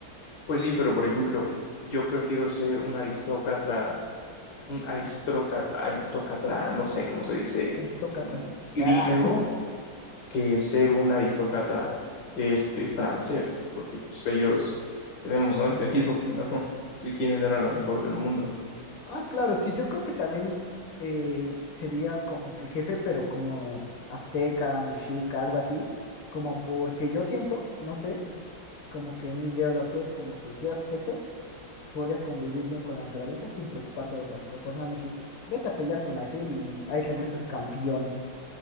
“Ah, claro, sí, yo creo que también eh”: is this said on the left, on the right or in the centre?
Left